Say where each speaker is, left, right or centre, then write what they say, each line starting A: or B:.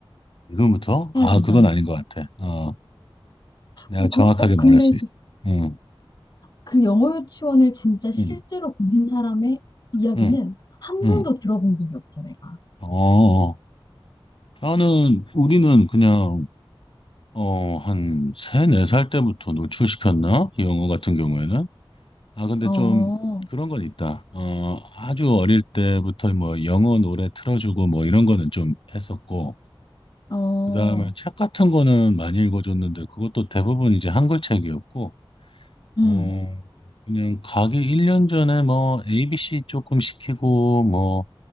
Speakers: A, on the left; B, on the left.
A: 지금부터? 아,
B: 해야 된다는
A: 그건 아닌 것 같아. 어, 내가
B: 거야.
A: 정확하게
B: 그, 그, 어,
A: 말할
B: 근데
A: 수 있어. 응,
B: 그 영어 유치원을 진짜 실제로
A: 응,
B: 보낸 사람의 이야기는
A: 응,
B: 한
A: 응.
B: 번도 들어본 적이 없어, 내가.
A: 어, 어. 나는, 우리는 그냥, 어, 한 세 네 살 때부터 노출시켰나? 영어 같은 경우에는? 아, 근데
B: 어,
A: 좀 그런 건 있다. 어, 아주 어릴 때부터 뭐 영어 노래 틀어주고 뭐 이런 거는 좀 했었고,
B: 응. 어,
A: 그다음에 책 같은 거는 많이 읽어줬는데 그것도 대부분 이제 한글 책이었고,
B: 음,
A: 어, 그냥 가기 1년 전에 뭐 ABC 조금 시키고 뭐